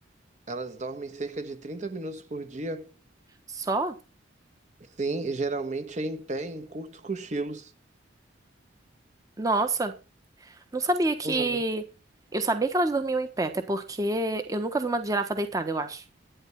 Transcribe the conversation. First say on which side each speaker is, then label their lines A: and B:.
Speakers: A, on the right; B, on the right.
A: Elas dormem cerca de 30 minutos por dia,
B: Só?
A: sim, e geralmente é em pé, em curtos cochilos.
B: Nossa, não sabia que.
A: Uhum.
B: Eu sabia que elas dormiam em pé, até porque eu nunca vi uma girafa deitada, eu acho.